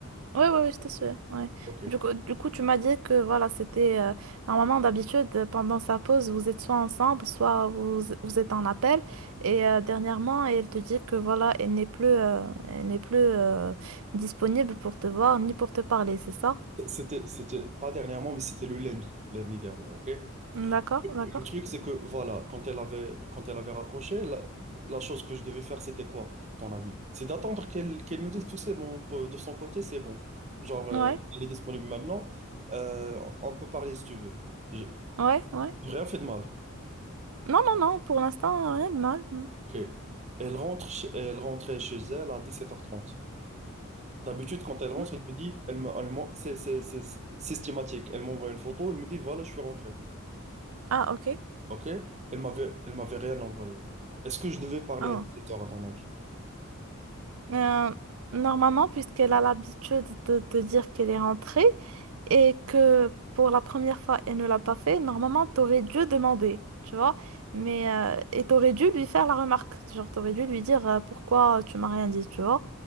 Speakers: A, on the right; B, on the right.
A: Oui, oui, oui, c'était sûr. Ouais.
B: OK.
A: Du coup, du coup, tu m'as dit que voilà, c'était euh, normalement d'habitude euh, pendant sa pause, vous êtes soit ensemble, soit vous, vous êtes en appel. Et euh, dernièrement, elle te dit que voilà, elle n'est plus, euh, elle n'est plus euh, disponible pour te voir ni pour te parler, c'est ça?
B: C'était, c'était pas dernièrement, mais c'était le lundi, lundi dernier, OK?
A: D'accord,
B: Le
A: d'accord.
B: truc, c'est que, voilà, quand elle avait, quand elle avait raccroché, la, la chose que je devais faire, c'était quoi, à ton avis? C'est d'attendre qu'elle qu'elle me dise que c'est bon, pour- de son côté, c'est bon. Genre, euh,
A: Ouais,
B: elle est disponible maintenant, euh, on peut parler si tu veux. J'ai
A: ouais, ouais.
B: j'ai rien fait de mal.
A: Non, non, non, pour l'instant, rien de mal. non.
B: Ok. Elle rentre, chez- elle rentrait chez elle à 17h30. D'habitude, quand elle rentre,
A: Hmm.
B: elle me dit, elle me, elle m'en- c'est c'est- c'est- c'est systématique. Elle m'envoie une photo, elle me dit, voilà, je suis rentré.
A: Ah, ok.
B: OK? Elle m'avait, elle m'avait rien envoyé. Est-ce que je devais parler
A: Ah,
B: à 17h à ton avis?
A: Euh, normalement, puisqu'elle a l'habitude de, de dire qu'elle est rentrée et que pour la première fois, elle ne l'a pas fait, normalement, t'aurais dû demander, tu vois. Mais, euh, et t'aurais dû lui faire la remarque. Genre, t'aurais dû lui dire euh, pourquoi tu m'as rien dit, tu vois.